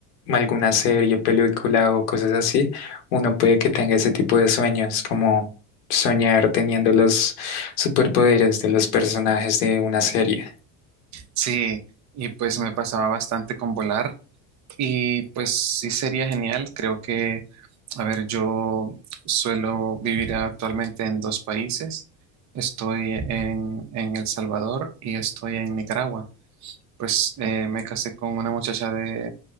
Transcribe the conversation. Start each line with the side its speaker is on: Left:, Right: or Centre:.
Left: alguna serie, película o cosas así, uno puede que tenga ese tipo de sueños, como soñar teniendo los superpoderes de los personajes de una serie.
Right: Sí, y pues me pasaba bastante con volar. Y pues sí sería genial. Creo que, a ver, yo suelo vivir actualmente en dos países. Estoy en, en El Salvador y estoy en Nicaragua. Pues eh, me casé con una muchacha de,